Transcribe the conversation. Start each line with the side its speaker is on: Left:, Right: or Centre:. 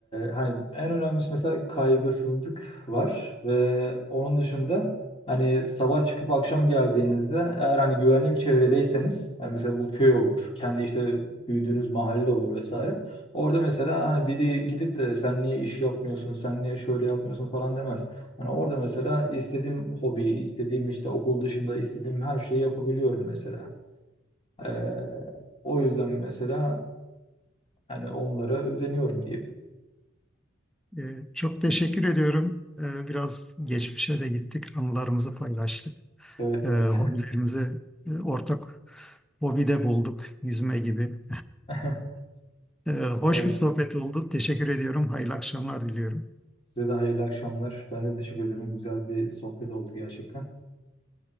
Left: hani en önemlisi mesela kaygısızlık var ve onun dışında hani sabah çıkıp akşam geldiğinizde eğer hani güvenli bir çevredeyseniz yani mesela bu köy olur, kendi işte büyüdüğünüz mahalle olur vesaire. Orada mesela hani biri gidip de sen niye iş yapmıyorsun, sen niye şöyle yapmıyorsun falan demez. Hani orada mesela istediğim hobi, istediğim işte okul dışında istediğim her şeyi yapabiliyorum mesela. Ee, o yüzden mesela hani onlara özeniyorum diyeyim.
Centre: Ee, çok teşekkür ediyorum. Ee, biraz geçmişe de gittik, anılarımızı paylaştık.
Left: Evet
Centre: Ee,
Left: evet.
Centre: hobilerimizi e, ortak hobide bulduk, yüzme gibi.
Left: <laughs>
Centre: Ee, hoş
Left: Evet.
Centre: bir sohbet oldu. Teşekkür ediyorum. Hayırlı akşamlar diliyorum.
Left: Size de hayırlı akşamlar. Ben de teşekkür ederim. Güzel bir sohbet oldu gerçekten.